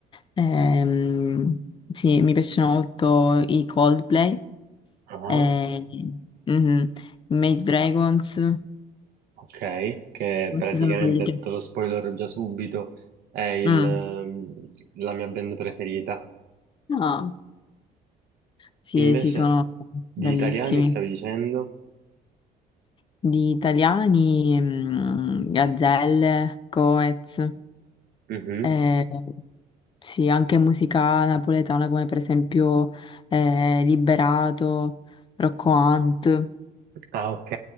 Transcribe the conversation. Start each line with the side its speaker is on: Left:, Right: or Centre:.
Left: Ehm, sì, mi piacciono molto i Coldplay.
Right: Ah,
Left: Eh, mhm. Mage Dragons,
Right: ok, che praticamente
Left: ci sono quelli che...
Right: te lo spoilerò già subito, è il,
Left: Mm.
Right: ehm, la mia band preferita.
Left: No, sì,
Right: Invece,
Left: sì, sono
Right: di
Left: bravissimi.
Right: italiani stavi dicendo?
Left: Di italiani, mm, Gazzelle, Coez,
Right: Mhm.
Left: eh, sì, anche musica napoletana come per esempio eh, Liberato, Rocco Hunt.
Right: Ah, ok.